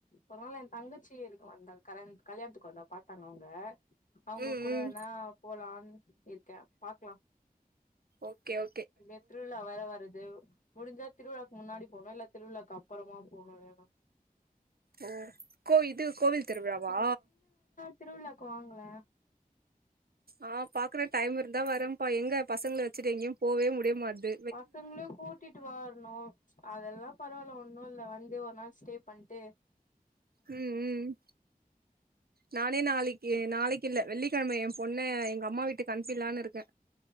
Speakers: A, on the left; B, on the right.
A: ஒரு நாள் என் தங்கச்சி இருக்கு அந்த கல்யாணத் கல்யாணத்துக்கு வந்தா பாத்தாங்க அவுங்க அவுங்க
B: ம்
A: கூடனா
B: ம்
A: போலான்னு இருக்க பாக்கலா
B: ஓகே ஓ
A: இங்க திருவிழா வேற வருது முடிஞ்சா திருவிழாக்கு முன்னாடி போவே இல்ல திருவிழாக்கு அப்பறமா போ வேண்டிதா
B: ஓ கோ இது கோவில் திருவிழா வா
A: திருவிழாவுக்கு வாங்களே
B: ஆ பாக்குற டைம் இருந்தா வரப்பா எங்க பசங்கள வெச்சுட்டு எங்கேயு போவே முடியமாட்து
A: பசங்களையு கூட்டிட்டு வரணு அதெல்லா பரவால்ல ஒன்னு இல்ல வந்து ஒரு நாள் ஸ்டே பண்ணிட்டு
B: ம் ம் நானே நாளைக்கி நாளைக்கி இல்ல வெள்ளிக்கெழம எயா பொண்ண எங்க அம்மா வீட்டுக்கு அனுப்பிலான்னு இருக்கே